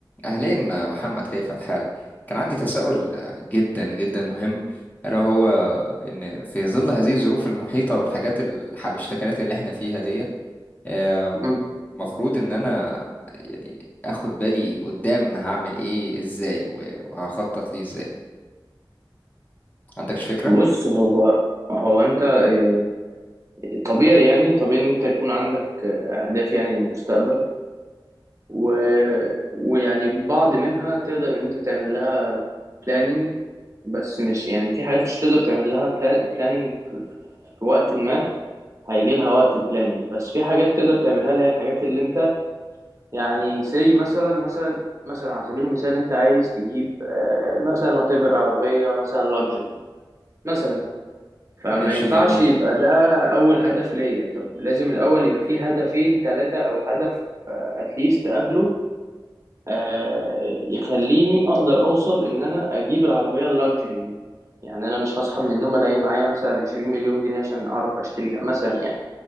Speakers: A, on the left; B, on the right.
A: أهلين محمد كيف الحال؟ كان عندي تساؤل جدا جدا مهم ألا هو إن في ظل هذه الظروف المحيطة والحاجات الحبشتكنات اللي احنا فيها ديت آم،
B: مم.
A: المفروض إن أنا يعني أخد بالي قدام هعمل إيه إزاي و- وهخطط ليه إزاي؟ عندكش فكرة؟
B: بص هو هو انت آه، طبيعي يعني طبيعي ان انت يكون عندك آه، اهداف يعني للمستقبل و... ويعني بعض منها تقدر ان انت تعمل لها planning بس مش يعني في حاجات مش تقدر تعمل لها بلا- planning في وقت ما هيجي لها وقت planning بس في حاجات تقدر تعملها اللي هي الحاجات اللي انت يعني زي مثلا مثلا مثلا على سبيل المثال انت عايز تجيب آه، مثلا وتبر عربية مثلا luxury مثلا فما
A: ماشي
B: ينفعش
A: جميل
B: يبقى ده أول هدف ليا طب لازم الأول يبقى فيه هدفين ثلاثة أو هدف أتليست قبله آه يخليني أقدر أوصل إن أنا أجيب العربية اللاكجري دي يعني أنا مش هصحى من النوم ألاقي معايا مثلا 20 مليون جنيه عشان أعرف أشتريها مثلا يعني